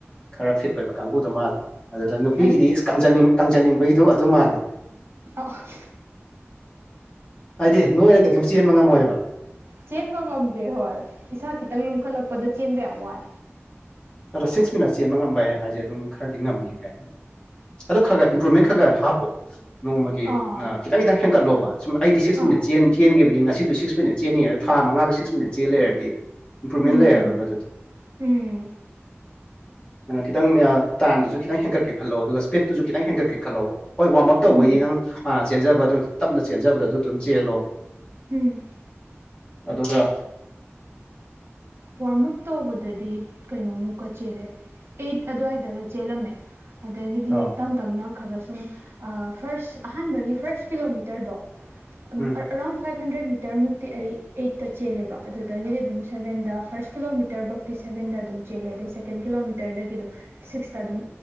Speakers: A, on the left; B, on the right.
A: ꯈꯔ ꯐꯤꯠ ꯑꯣꯏꯕ ꯀꯥꯡꯕꯨꯗꯣ ꯃꯥꯜꯂꯤ ꯑꯗꯨꯗ ꯅꯨꯄꯤꯒꯤꯗꯤꯅꯤ
B: ꯑꯦ
A: ꯏꯁ ꯀꯡꯖꯅꯤꯡꯕꯒꯤꯗꯣ ꯑꯗꯨ ꯃꯥꯜꯂꯤ
B: ꯑꯈꯣꯏ
A: ꯍꯥꯏꯗꯤ ꯅꯣꯏꯔꯒꯗꯤ ꯑꯃꯨꯛ ꯆꯦꯟꯕ ꯉꯝꯃꯣꯏꯕ
B: ꯆꯦꯟꯕ ꯉꯝꯗꯦ ꯍꯣꯏ ꯏꯁꯥ ꯈꯤꯇꯪ ꯂꯨꯝꯈꯠꯂꯛꯄꯗ ꯆꯦꯟꯕ ꯌꯥꯝ ꯋꯥꯏ
A: ꯑꯗꯣ ꯁꯤꯛꯁ ꯃꯤꯅꯠꯁ ꯆꯦꯟꯕ ꯉꯝꯕ ꯌꯥꯏ ꯍꯥꯏꯁꯦ ꯑꯗꯨꯝ ꯈꯔꯗꯤ ꯉꯝꯅꯤ ꯀꯥꯏꯅ ꯑꯗꯨ ꯈꯔ ꯈꯔ ꯏꯝꯄ꯭ꯔꯨꯚꯃꯦꯟ ꯈꯔ ꯈꯔ ꯍꯥꯞꯄꯣ ꯅꯣꯡꯃꯒꯤ
B: ꯑꯥ
A: ꯈꯤꯇꯪ ꯇꯪ ꯍꯦꯟꯀꯠꯂꯣ ꯁꯨꯝ ꯑꯩꯗꯤ ꯁꯤꯛꯁ
B: ꯑꯥ
A: ꯃꯤꯠ ꯈꯤꯇꯪ ꯈꯤꯇꯪ ꯍꯦꯟꯒꯠꯂꯣꯕ ꯑꯩꯗꯤ ꯁꯤꯛꯁ ꯃꯤꯅꯠ ꯆꯦꯟꯅꯤ ꯍꯥꯏꯔ ꯊꯥ ꯃꯉꯥꯗ ꯁꯤꯛꯁ ꯃꯤꯅꯠ ꯆꯦꯜ ꯂꯩꯔꯗꯤ ꯏꯝꯄ꯭ꯔꯨꯚꯃꯦꯟ
B: ꯎꯝ
A: ꯂꯩꯔꯔꯣꯏꯕ ꯑꯗꯨꯗꯤ
B: ꯎꯝ
A: ꯑꯗꯨ ꯈꯤꯇꯪ ꯇꯥꯏꯝꯗꯨꯁꯨ ꯈꯤꯇꯪ ꯍꯦꯟꯀꯠꯀꯦ ꯈꯜꯂꯣ ꯑꯗꯨꯒ ꯁ꯭ꯄꯤꯠꯇꯨꯁꯨ ꯈꯤꯇꯪ ꯍꯦꯟꯀꯠꯀꯦ ꯈꯜꯂꯣꯕ ꯍꯣꯏ ꯋꯥꯔꯝ ꯑꯞ ꯇꯧꯕꯩꯗꯤ
B: ꯎꯝ
A: ꯑꯗꯨꯝ ꯅꯪ ꯍꯥꯟꯅ ꯆꯦꯟꯖꯕ ꯑꯗꯨꯝ ꯇꯞꯅ ꯆꯦꯟꯖꯕꯗ ꯑꯗꯨ ꯑꯗꯨꯝ ꯆꯦꯜꯂꯣ
B: ꯎꯝ
A: ꯑꯗꯨꯒ
B: ꯋꯥꯔꯝ ꯑꯞ ꯇꯧꯕꯗꯗꯤ ꯀꯩꯅꯣꯃꯨꯛꯀ ꯆꯦꯜꯂꯦ ꯑꯩꯠ ꯑꯗꯨꯋꯥꯏꯗꯒ ꯆꯦꯜꯂꯝꯃꯦ ꯑꯗꯒꯤꯗꯤ
A: ꯑꯥ
B: ꯇꯝ ꯇꯞꯅ ꯈꯒ ꯁꯨꯝ ꯐꯔꯁ ꯑꯍꯥꯟꯕꯒꯤ ꯐꯥꯔ꯭ꯁ ꯀꯤꯂꯣꯃꯤꯇꯔꯗꯣ ꯑꯗꯨꯝ
A: ꯎꯝ
B: ꯑꯔꯥꯎꯟ ꯐꯥꯏꯞ ꯍꯟꯗ꯭ꯔꯦꯗ ꯃꯤꯇꯔ ꯃꯨꯛꯇꯤ ꯑꯩ ꯑꯩꯠꯇ ꯆꯦꯜꯂꯦꯕ ꯑꯗꯨꯗꯒꯤꯗꯤ ꯑꯗꯨꯝ ꯁꯕꯦꯟꯗ ꯐꯥꯔꯁ ꯀꯤꯂꯣꯃꯤꯇꯔꯐꯧꯇꯤ ꯁꯕꯦꯟꯗ ꯑꯗꯨꯝ ꯆꯦꯜꯂꯦ ꯑꯗꯩ ꯁꯦꯀꯦꯟ ꯀꯤꯂꯣꯃꯤꯇꯔꯗꯒꯤ ꯑꯗꯨꯝ ꯁꯤꯛꯁꯇ ꯑꯗꯨꯝ